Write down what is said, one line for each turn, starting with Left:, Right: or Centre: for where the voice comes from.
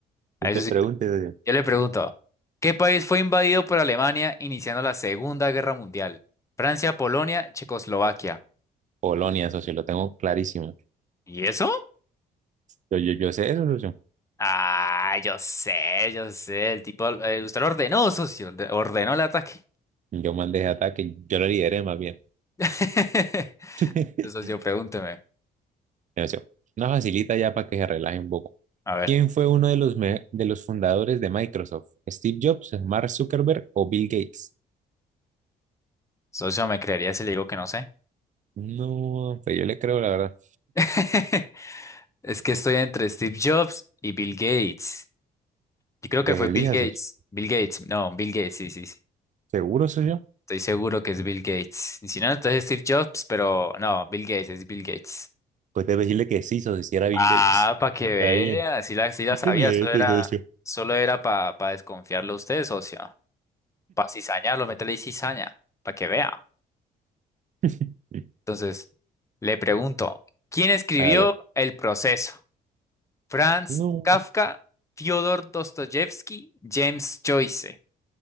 Left: A
Right: No
Left: eso
Right: te
Left: sí.
Right: preguntes, socio.
Left: Yo le pregunto, ¿qué país fue invadido por Alemania iniciando la Segunda Guerra Mundial? Francia, Polonia, Checoslovaquia.
Right: Polonia, socio, lo tengo clarísimo.
Left: ¿Y eso?
Right: Yo, yo, yo sé eso, socio.
Left: Ah, yo sé, yo sé. El tipo, eh, usted lo ordenó, socio. orde- Ordenó el ataque.
Right: Yo mandé ese ataque, yo lo lideré más bien.
Left: <laughs>
Right: <laughs>
Left: Entonces, socio, pregúnteme.
Right: Mira, socio, Una facilita ya para que se relaje un poco.
Left: A ver,
Right: ¿Quién fue uno de los, me- de los fundadores de Microsoft? ¿Steve Jobs, Mark Zuckerberg o Bill Gates?
Left: socio, ¿me creería si le digo que no sé?
Right: No, pues yo le creo, la verdad.
Left: <laughs> Es que estoy entre Steve Jobs y Bill Gates. Yo creo que
Right: Pues
Left: fue
Right: elija
Left: Bill Gates.
Right: sos.
Left: Bill Gates, no, Bill Gates, sí, sí, sí.
Right: ¿Seguro soy yo?
Left: Estoy seguro que es Bill Gates. Y si no, entonces Steve Jobs, pero no, Bill Gates, es Bill Gates.
Right: Pues debe decirle que sí, socio, si era Bill
Left: Ah,
Right: Gates.
Left: para que vea,
Right: Está bien.
Left: sí la, sí la
Right: Inteligente,
Left: sabía, solo era,
Right: socio.
Left: solo era para desconfiarlo a usted, socio. Para cizañarlo, meterle cizaña, para que vea.
Right: <laughs>
Left: Entonces, le pregunto, ¿quién escribió
Right: dale
Left: El proceso? Franz
Right: No,
Left: Kafka, Fyodor Dostoyevsky, James Joyce.